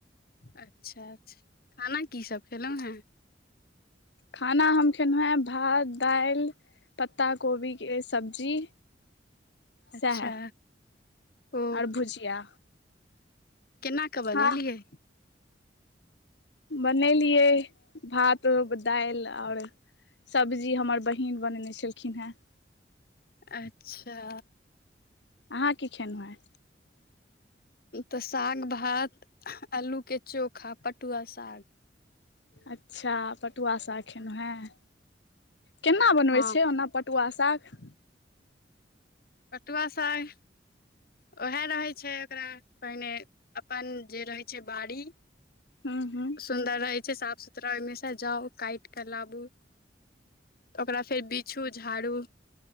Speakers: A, on the left; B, on the left.
A: अच्छा अच्छा खाना की सब खेलौ हेँ।
B: खाना हम खेलौ हे भात दालि पत्ता कोबी के स सब्जी
A: अच्छा
B: सएह
A: ओ
B: आर भुजिया।
A: केना कऽ बनेलियै।
B: हँ बनेलियै भात दालि आओर सब्जी हमर बहिन बनेने छलखिन हेँ।
A: अच्छा।
B: अहाँ की खेेनौ आय
A: तऽ साग भात अलूके चोखा पटुआ साग।
B: अच्छा पटुआ साग खेनु हें केना बनबै
A: हँ
B: छै ओना पटुआ साग।
A: पटुआसाग ओएह रहै छै। ओकरा पहिने अपन जे रहै छै। बाड़ी
B: ह हँ
A: सुन्दर रहै छै। साफ सुथरा ओहिमे से जाउ काट कऽ लाबू ओकरा फेर बिछू झाड़ू